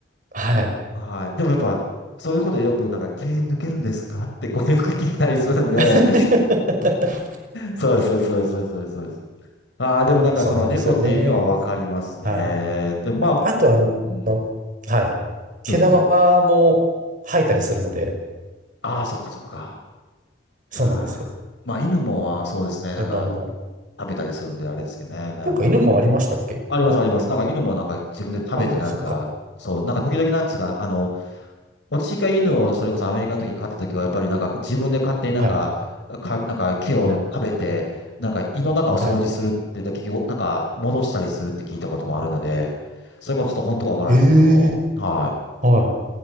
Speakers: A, on the right; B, on the left.
A: はい。
B: はい。でもやっぱ、そういうことでよくなんか、毛抜けるんですかってこう <laughs> よく聞いたりするんで、
A: <laughs>
B: そうです、そうです、そうです、そうです、そうです。そうですああ、でもなんかその猫っていう意味はわかりますね。
A: そうなんですよね。はい。
B: でもまあ、
A: あ、あと、あの、
B: うん、
A: はい。毛玉も吐いたりするので、
B: どうぞどうぞ。ああ、そっかそっか。
A: そうなんですよ。
B: ああ。まあ犬もそうですね、
A: 天卵も。
B: なんか食べたりするんであれですけどね。だい
A: そっか、犬もありましたっけ
B: あります、あります。なんか犬もなんか自分で食べてなんか、
A: あ、そっか。
B: そう、なんか時々なんつうか、あの、私が犬をそれこそアメリカの時に飼った時は、やっぱりなんか自分で勝手になんか、
A: はい。
B: か、なんか木を食べて、
A: はい。
B: なんか胃の中を掃除するって、
A: はい。
B: 結局なんか戻したりするって聞いたこともあるので、それがちょっと本当かわからないですけども、
A: ええ。
B: はい。
A: はい。